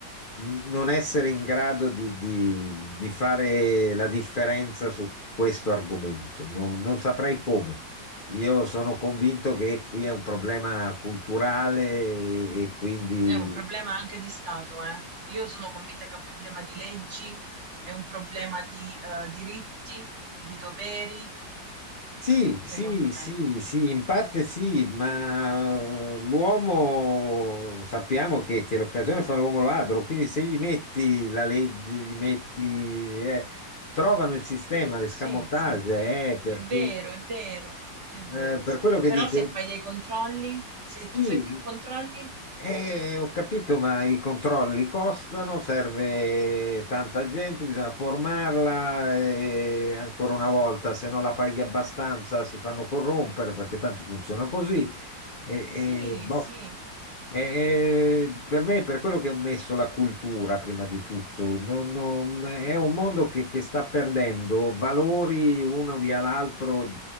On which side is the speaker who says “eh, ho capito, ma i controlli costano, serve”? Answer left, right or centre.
Left